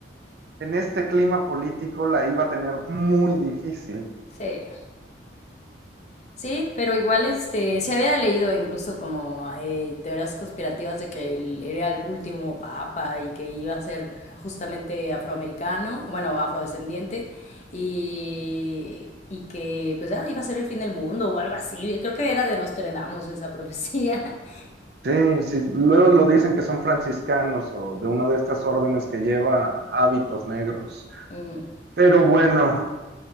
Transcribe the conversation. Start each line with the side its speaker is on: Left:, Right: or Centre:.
Right: En este clima político la iba a tener muy difícil.
Left: sí. Sí, pero igual este, se había leído incluso como eh, teorías conspirativas de que él era el último papa y que iba a ser justamente afroamericano, bueno, afrodescendiente, y, y que pues ah, iba a ser el fin del mundo o algo así. Creo que era de Nostradamus esa profecía. <laughs>
Right: Sí, sí, luego lo dicen que son franciscanos o de una de estas órdenes que lleva hábitos negros.
Left: Mm,
Right: Pero bueno,